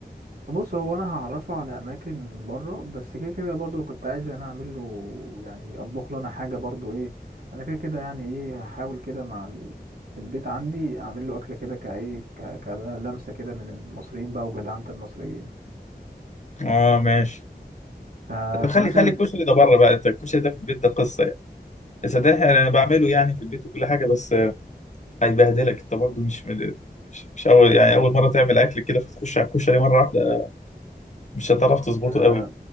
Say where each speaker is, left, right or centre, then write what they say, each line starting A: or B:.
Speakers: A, on the right (about 65°); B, on the left (about 45°).
A: بص هو انا هعرفه على اماكن بره بس كده كده برضو كنت عايز انا اعمل له يعني اطبخ له انا حاجه برضو ايه انا كده كده يعني ايه هحاول كده مع ال... في البيت عندي اعمل له اكله كده كايه ك... كلمسه كده من المصريين بقى وجدعنه المصريين
B: اه ماشي
A: ف...
B: طب خلي
A: فمثلا
B: خلي الكشري ده بره بقى انت الكشري ده في البيت ده قصه يعني صدقني انا بعمله يعني في البيت وكل حاجه بس آه، هيبهدلك انت برضه مش مش مش اول يعني اول مره تعمل اكل كده فتخش على الكشري مره واحده مش هتعرف تظبطه
A: آه،
B: قوي